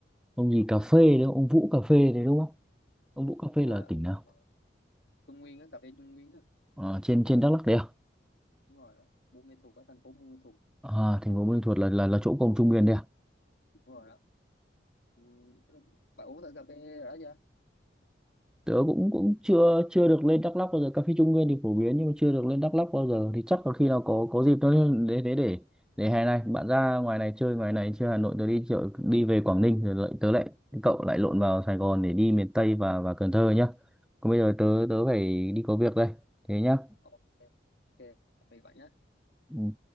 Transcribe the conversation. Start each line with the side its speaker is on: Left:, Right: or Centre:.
Centre: ông gì cà phê đấy ông Vũ cà phê đấy đúng không ông Vũ cà phê
Left: đúng
Centre: là
Left: rồi ông
Centre: tỉnh nào
Left: ờ, Trung Nguyên á cà phê Trung Nguyên á
Centre: Ờ, trên trên Đắk Lắk đấy à
Left: đúng rồi đó Buôn Mê Thuột ở thành phố Buôn Mê Thuột
Centre: À, thành phố Buôn Ma Thuột là là là chỗ cổng Trung Nguyên đấy à?
Left: đúng rồi đó Ừ, bạn uống thử cà phê đã chưa
Centre: Tớ cũng cũng chưa chưa được lên Đắk Lắk bao giờ. Cà phê Trung Nguyên thì phổ biến nhưng mà chưa được lên Đắk Lắk bao giờ. Thì chắc là khi nào có có dịp tớ để để để để hè này bạn ra ngoài này chơi ngoài này chơi Hà Nội tớ đi chợ đi về Quảng Ninh rồi lại tớ lại cậu lại lộn vào Sài Gòn để đi miền Tây và và Cần Thơ nhá. Còn bây giờ
Left: ok
Centre: tớ tớ phải đi có việc đây. Thế nhá.
Left: ok ok tạm biệt bạn nhé
Centre: Ừ.